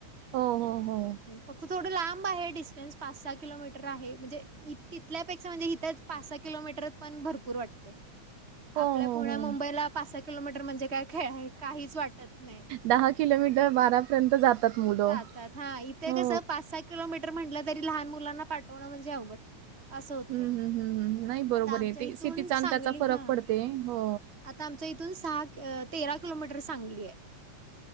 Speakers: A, on the right; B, on the right.
A: हो हो हो
B: फक्त थोडं लांब आहे डिस्टन्स पाच सहा किलोमीटर. ते तर आहे म्हणजे तिथल्यापेक्षा म्हणजे इथ पाच सहा किलोमीटर ये पण भरपूर वाटते.
A: हो
B: आपल्या
A: हो
B: पुण्या
A: हो.
B: मुंबईला पाच सहा किलोमीटर म्हणजे काय खेळ काहीच वाटत नाही.
A: दहा किलोमीटर बारापर्यंत जातात मुलं
B: जातात हा इथे
A: हो.
B: कसं <inaudible> किलोमीटर म्हटलं तरी लहान मुलांना पाठवणं म्हणजे अवघड. असं होते
A: हं, हं, हं, हं. नाही बरोबर
B: आता आमच्या
A: आहे. ते
B: इथून
A: सिटीचा
B: सांगली
A: आणि त्याचा फरक
B: हा
A: पडते. हो.
B: <inaudible> आता आमच्या इथून सहा तेरा किलोमीटर सांगली ये